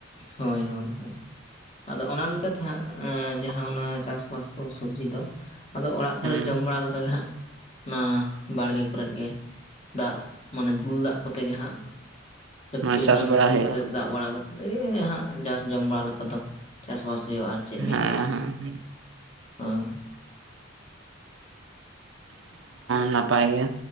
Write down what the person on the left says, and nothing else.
ᱦᱳᱭ ᱦᱳᱭ ᱦᱳᱭ ᱟᱫᱚ ᱚᱱᱟ ᱞᱮᱠᱟ ᱛᱮ ᱦᱟᱸᱜ ᱮᱸᱼᱼ ᱡᱟᱦᱟᱸ ‌ᱚᱱᱟ ᱪᱟᱥᱵᱟᱥ ᱠᱚ ᱥᱚᱵᱽᱡᱤ ᱫᱚ ᱟᱫᱚ ᱚᱲᱟᱜ ᱠᱚᱨᱮ
ᱡᱚᱢ ᱵᱟᱲᱟ ᱞᱮᱠᱟ ᱜᱮ ᱦᱟᱸᱜᱼᱼ ᱚᱱᱟ ᱵᱟᱲᱜᱮ ᱠᱚᱨᱮᱫ ᱜᱮ ᱫᱟᱜ ᱢᱟᱱᱮ ᱫᱩᱞ ᱫᱟᱜ ᱠᱚᱛᱮ ᱜᱮ ᱦᱟᱸᱜᱼᱼ ᱥᱮ
ᱯᱩᱠᱷᱨᱤ
ᱠᱷᱚᱱᱟᱜ
ᱢᱤᱥᱤᱱ
ᱠᱚᱛᱮᱜᱼᱼ ᱫᱟᱜ ᱵᱟᱲᱟ ᱠᱟᱛᱮᱜ ᱜᱮ ᱦᱟᱸᱜ ᱡᱟᱥ ᱡᱚᱢ ᱵᱟᱲᱟ ᱞᱮᱠᱟ ᱫᱚ ᱪᱟᱥᱵᱟᱥ ᱦᱩᱭᱩᱜ-ᱟ ᱟᱨᱼᱼ ᱪᱮᱫ
ᱢᱤᱫ ᱵᱟᱨ ᱟᱸ